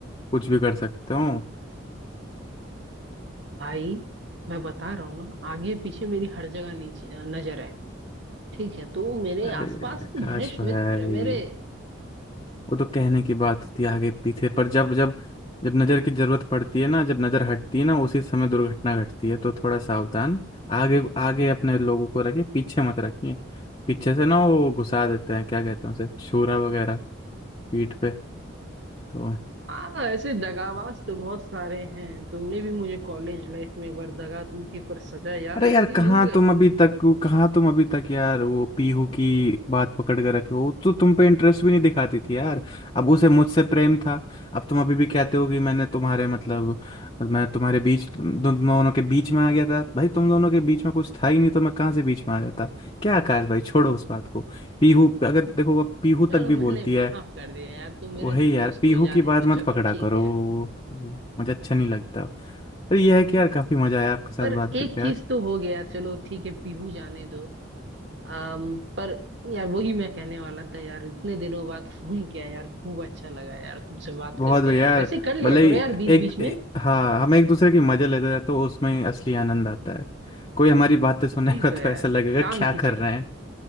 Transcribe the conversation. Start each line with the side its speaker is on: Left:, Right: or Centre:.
Left: कुछ भी कर सकते हो
Right: भाई मैं बता रहा हूँ ना आगे पीछे मेरी हर जगह नीचे अ, नजर है ठीक है तो मेरे
Left: अरे
Right: आसपास भी
Left: काश
Right: घनिष्ठ
Left: भाई
Right: मित्र मेरे
Left: वो तो कहने की बात होती है आगे पीछे पर जब जब जब नजर की जरूरत पड़ती है ना जब नजर हटती है ना उसी समय दुर्घटना घटती है तो थोड़ा सावधान आगे आगे अपने लोगों को रखिए पीछे मत रखिए पीछे से ना वो घुसा देते हैं क्या कहते हैं उसे छुरा वगैरह पीठ पे तो
Right: हाँ ऐसे दगाबाज तो बहुत सारे हैं तुमने भी मुझे कॉलेज लाइफ में एक बार दगा दी थी पर सजा याद
Left: अरे
Right: है
Left: यार
Right: कि
Left: कहाँ
Right: भूल गए
Left: तुम अभी तक कहाँ तुम अभी तक यार वो पीहू की बात पकड़ के रखे हो वो तो तुम पे इंटरेस्ट भी नहीं दिखाती थी यार अब उसे मुझसे प्रेम था अब तुम अभी भी कहते हो कि मैंने तुम्हारे मतलब मैं तुम्हारे बीच तुम दोनों के बीच में आ गया था भाई तुम दोनों के बीच में कुछ था ही नहीं तो मैं कहाँ से बीच में आ जाता क्या आकाश भाई छोड़ो उस बात को पीहू पे- अगर देखो अब पीहू
Right: चलो
Left: तक भी
Right: मैंने
Left: बोलती
Right: माफ
Left: है
Right: कर दिया यार तुम मेरे
Left: वही
Right: दोस्त
Left: यार पीहू
Right: हो जाने
Left: की बात
Right: दो
Left: मत
Right: चलो
Left: पकड़ा
Right: ठीक
Left: करो
Right: है
Left: वो वो- मुझे अच्छा नहीं लगता तो ये है कि यार काफी मजा आया आपके साथ
Right: पर
Left: बात
Right: एक
Left: करके
Right: चीज
Left: आज
Right: तो हो गया चलो ठीक है पीहू जाने दो अम पर यार वही मैं कहने वाला था यार इतने दिनों बाद फोन किया यार खूब अच्छा लगा यार तुमसे बात
Left: बहुत
Right: करके
Left: बढ़िया
Right: यार
Left: यार
Right: ऐसे ही कर लिया
Left: भले
Right: करो
Left: ही
Right: यार बीच
Left: एक,
Right: बीच में
Left: एक हाँ हम एक दूसरे की मजे लेते हैं तो उसमें असली आनंद आता है कोई हमारी बातें सुनेगा
Right: वही तो यार
Left: तो ऐसा लगेगा
Right: टांग
Left: क्या
Right: खींचे
Left: कर रहे हैं